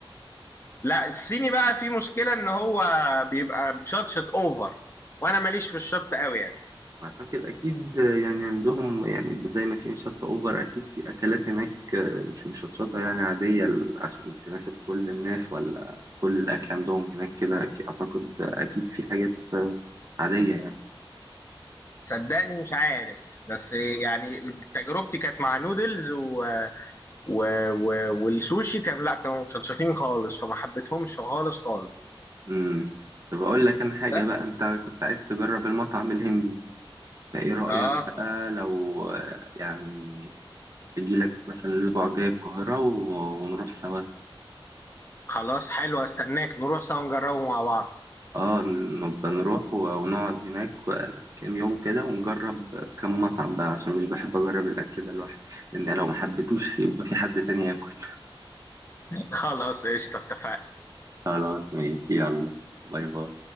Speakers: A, on the left; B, on the right.
A: <laughs> لا الصيني بقى في مشكله ان هو بيبقى شطشط اوفر وانا ماليش في الشط قوي يعني
B: أعتقد أكيد يعني عندهم يعني زي ما في مشطة أوفر أكيد في أكلات هناك مش مشطشطة يعني عادية ل- عشان تناسب كل الناس ولا كل الأكل عندهم هناك كده أعتقد أكيد في حاجات عادية يعني.
A: صدقني مش عارف بس يعني تجربتي كانت مع نودلز و... و... و... والسوشي كان لا كانوا مشطشطين خالص فما حبيتهمش خالص خالص
B: امم طب اقول لك انا حاجه
A: ده
B: بقى انت كنت عايز تجرب المطعم الهندي فايه رايك
A: اه
B: بقى لو آه، يعني اجي لك مثلا الاسبوع الجاي القاهره و- ونروح سوا
A: خلاص حلو استناك نروح سوا نجربه مع بعض
B: اه نبقى نروح و- ونقعد هناك كام يوم كده ونجرب كام مطعم بقى عشان مش بحب اجرب الاكل ده لوحدي لان لو ما حبيتوش يبقى في حد تاني ياكل
A: <laughs> خلاص قشطة اتفقنا
B: خلاص ماشي يلا باي باي